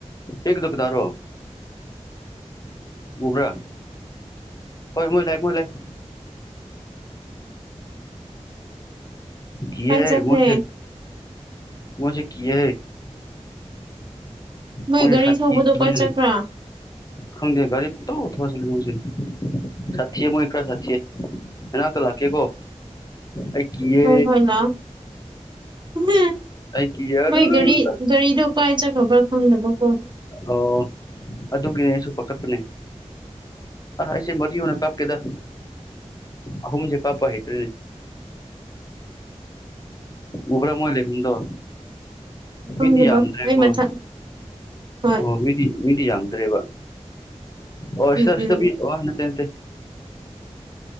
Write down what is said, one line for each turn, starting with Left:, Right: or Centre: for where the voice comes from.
Left: ꯑꯦꯛꯗꯨ ꯀꯅꯥꯔꯣ ꯎꯕ꯭ꯔꯥ ꯍꯣꯏ ꯃꯣꯏ ꯂꯥꯛꯑꯦ ꯃꯣꯏ ꯂꯥꯛꯑꯦ ꯀꯤꯌꯦ
Right: ꯀꯥꯏ ꯆꯠꯈ꯭ꯔꯦ
Left: ꯃꯣꯢꯁꯦ ꯃꯣꯢꯁꯦ ꯀꯤꯌꯦ
Right: ꯃꯣꯏ
Left: ꯃꯣꯢꯁꯦ
Right: ꯒꯥꯔꯤ
Left: ꯁꯥꯊꯤ
Right: ꯊꯧꯕꯗꯣ ꯀꯥꯏ
Left: ꯎꯝ
Right: ꯆꯠꯈ꯭ꯔꯥ
Left: ꯈꯪꯗ° ꯒꯥꯔꯤ ꯄꯪꯊꯧ ꯊꯧꯖꯤꯜꯂꯤ ꯃꫭꯏꯁꯤ ꯁꯥꯊꯤꯌ° ꯃꯣꯏ ꯈꯔ ꯁꯥꯊꯤꯌ° ꯅꯅꯥꯛꯇ ꯂꯥꯛꯀꯦꯀꯣ ꯑꯩ ꯀꯤꯌꯦ
Right: ꯍꯣꯏ ꯍꯣꯏ ꯂꯥꯛꯑꫭ
Left: ꯑꯩ ꯀꯤꯌꯦ ꯑꯔꯔꯔ
Right: ꯃꯥꯏ ꯒꯥꯔꯤ ꯒꯥꯔꯤꯗꯨ ꯀꯥꯏ ꯆꯠꯈ꯭ꯔꯕ꯭ꯔ ꯈꯪꯗꯕꯀꯣ
Left: ꯑꯣ ꯑꯗꯨꯒꯤꯅꯦ ꯑꯩꯁꯨ ꯄꯥꯈꯠꯄꯅꯦ ꯑꯥ ꯑꯩꯁꯦ ꯃꯔꯤ ꯑꫭꯏꯅ ꯀꯥꯞꯀꯦꯗ ꯑꯍꯨꯝꯁꯦ ꯀꯥꯞꯄ ꯍꯩꯇ꯭ꯔꯦꯅꯦ ꯎꯕ꯭ꯔ ꯃꫭꯏ ꯂꯩꯕꯝꯗꫭ
Right: ꯈꯪꯗꯕ
Left: ꯃꯤꯗꯤ ꯌꯥꯝꯗ꯭ꯔ°ꯀꫭ
Right: ꯑꯩ ꯃꯊꯛ ꯍꯣꯏ
Left: ꯑꯣ ꯃꯤ ꯃꯤ ꯃꯤꯗꯤ ꯌꯥꯝꯗ꯭ꯔꯦꯕ ꯑꯣ
Right: ꯎꯝ
Left: ꯁꯤꯗ ꯁꯤꯗ
Right: ꯎꯝ
Left: ꯃꯤ ꯑꫭ ꯅꯠꯇꯦ ꯅꯠꯇꯦ